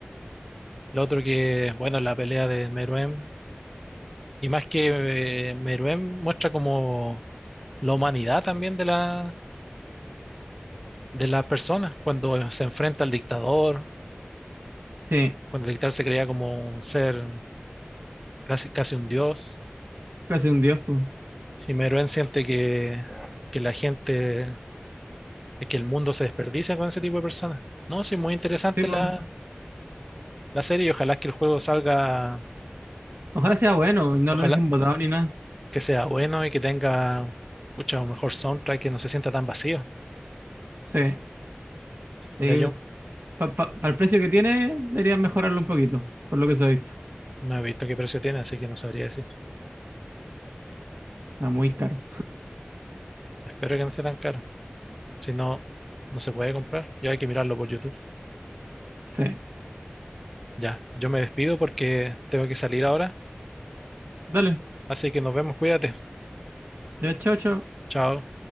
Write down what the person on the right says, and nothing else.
Sí,
casi un dios, po.
Sí, po.
Ojalá sea bueno y no
lo dejen botado ni nada.
Sí. Eh,
pa- pa- para el precio que tiene, deberían mejorarlo un poquito, por lo que se ha visto.
Está muy caro.
Sí.
Dale.
Ya, chao, chao.